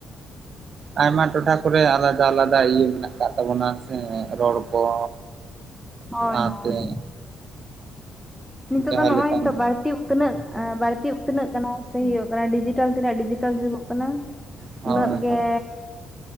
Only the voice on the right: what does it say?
ᱟᱭᱢᱟ ᱴᱚᱴᱷᱟ ᱠᱚᱨᱮ ᱟᱞᱟᱫᱟ ᱟᱞᱟᱫᱟ ᱤᱭᱟᱹ ᱢᱮᱱᱟᱜ ᱟᱠᱟᱫ ᱛᱟᱵᱚᱱᱟ ᱥᱮ ᱨᱚᱲ ᱠᱚ <unintelligible>
ᱥᱟᱶᱛᱮ
ᱡᱟᱦᱟᱸ
ᱞᱮᱠᱟᱱ
ᱦᱳᱭ
ᱦᱳᱭ